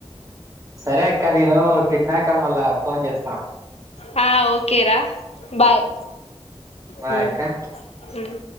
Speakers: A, on the right (about 30°); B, on the left (about 80°).
A: సరే అక్క నేను తిన్నాక మళ్ళా ఫోన్ చేస్తా
B: ఆ ఓకేరా బాయ్
A: బాయ్
B: హ్మ్
A: అక్క
B: ఉమ్